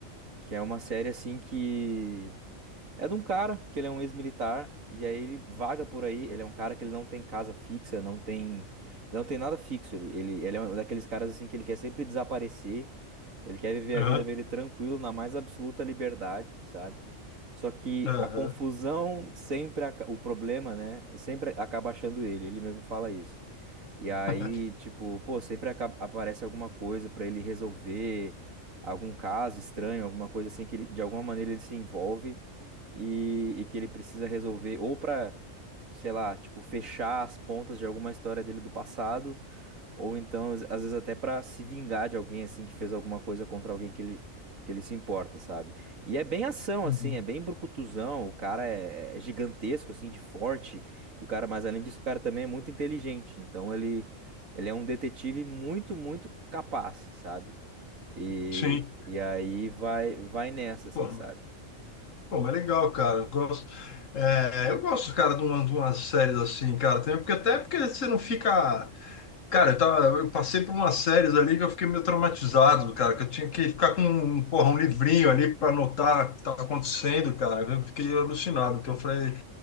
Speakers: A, on the right (about 85°); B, on the left (about 70°).
A: que é uma série assim que É de um cara que ele é um ex-militar e aí ele vaga por aí. Ele é um cara que ele não tem casa fixa, não tem, não tem nada fixo. Ele, ele, ele é um daqueles caras assim que ele quer sempre desaparecer. Ele quer viver
B: Aham,
A: a vida dele tranquilo, na mais absoluta liberdade, sabe? Só que
B: aham.
A: a confusão sempre, aca- o problema, né? Sempre acaba achando ele. Ele mesmo fala isso. E aí,
B: <laughs>
A: tipo, pô, sempre aca- aparece alguma coisa pra ele resolver, algum caso estranho, alguma coisa assim que ele, de alguma maneira ele se envolve e, e que ele precisa resolver, ou pra, sei lá, tipo, fechar as pontas de alguma história dele do passado, ou então, às às vezes, até pra se vingar de alguém, assim, que fez alguma coisa contra alguém que ele, que ele se importa, sabe? E é bem ação,
B: Uhum.
A: assim, é bem brucutuzão. O cara é, é é gigantesco, assim, de forte. E o cara, mas além disso, o cara também é muito inteligente. Então, ele, ele é um detetive muito, muito capaz, sabe? E,
B: Sim.
A: e aí vai, vai nessa, assim,
B: Pô,
A: sabe?
B: Pô, mas legal, cara. Eu gosto, é, eu gosto, cara, de uma, de umas séries assim, cara, também, porque até porque você não fica. Cara, eu, tava- eu passei por umas séries ali que eu fiquei meio traumatizado, cara, que eu tinha que ficar com um um, porra, um livrinho ali para anotar o que estava acontecendo, cara. Eu fiquei alucinado, que eu falei,